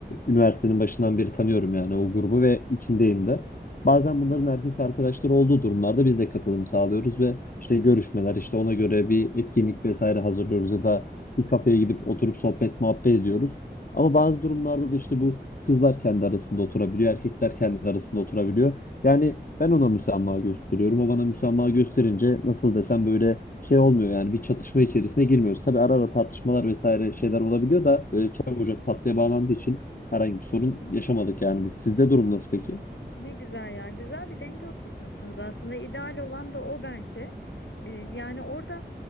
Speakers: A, on the left (about 50°); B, on the left (about 85°).
A: üniversitenin başından beri tanıyorum yani o grubu ve içindeyim de. Bazen bunların erkek arkadaşları olduğu durumlarda biz de katılım sağlıyoruz ve işte görüşmeler, işte ona göre bir etkinlik vesaire hazırlıyoruz ya da bir kafeye gidip oturup sohbet muhabbet ediyoruz. Ama bazı durumlarda da işte bu kızlar kendi arasında oturabiliyor, erkekler kendi arasında oturabiliyor. Yani ben ona müsamaha gösteriyorum. O bana müsamaha gösterince nasıl desem böyle şey olmuyor yani bir çatışma içerisine girmiyoruz. Tabii ara ara tartışmalar vesaire şeyler olabiliyor da böyle çabucak tatlıya bağlandığı için herhangi bir sorun yaşamadık yani biz. Sizde durum nasıl peki?
B: Ne güzel ya. Güzel bir denge oturtmuşsunuz aslında. İdeal olan da o bence. Ee, yani orada